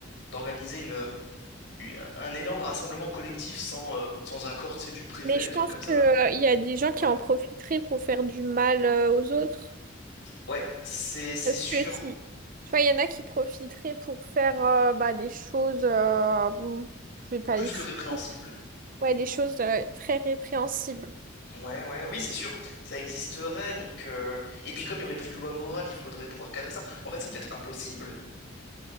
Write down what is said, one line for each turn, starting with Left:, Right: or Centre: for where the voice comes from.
Left: d'organiser une, une- un énorme rassemblement collectif sans, euh, sans accord, tu sais, du préfet,
Right: Mais je
Left: des trucs
Right: pense
Left: comme
Right: que
Left: ça, là.
Right: euh, il y a des gens qui
Left: Ouais.
Right: en profiteraient pour faire du mal euh, aux autres.
Left: Ouais, c'est c'est
Right: Parce
Left: sûr,
Right: que si, tu vois, il y en a qui profiteraient pour faire euh, bah, des choses, euh, bon, je vais pas
Left: plus
Right: les
Left: que
Right: citer.
Left: répréhensible.
Right: Ouais, des choses euh, très répréhensibles.
Left: Ouais, ouais, oui, c'est sûr, ça existerait, donc... euh, Et puis comme il n'y aurait plus de loi morale, il faudrait pouvoir cadrer ça. En fait, c'est peut-être impossible.